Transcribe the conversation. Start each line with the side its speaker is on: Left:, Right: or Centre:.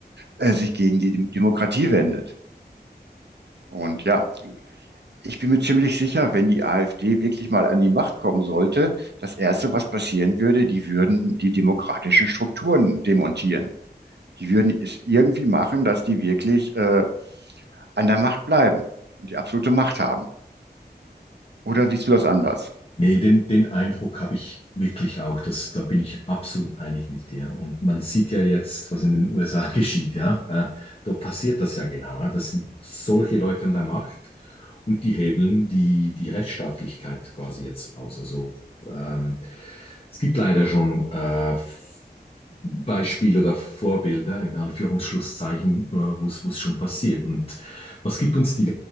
Right: äh, sich gegen die Dem- Demokratie wendet. Und ja, ich bin mir ziemlich sicher, wenn die AfD wirklich mal an die Macht kommen sollte, das Erste, was passieren würde, die würden die demokratischen Strukturen demontieren. Die würden es irgendwie machen, dass die wirklich äh, an der Macht bleiben und die absolute Macht haben. Oder siehst du das anders?
Left: Nee, den, den Eindruck habe ich wirklich auch. Das, da bin ich absolut einig mit dir. Und man sieht ja jetzt, was in den <laughs> USA geschieht, ja. Äh, da passiert das ja genau. Ja? Das sind solche Leute an der Macht und die hebeln die, die Rechtsstaatlichkeit quasi jetzt aus. Also ähm, es gibt leider schon äh, Beispiele oder Vorbilder in Anführungsschlusszeichen, äh, wo es wo es schon passiert. Und was gibt uns die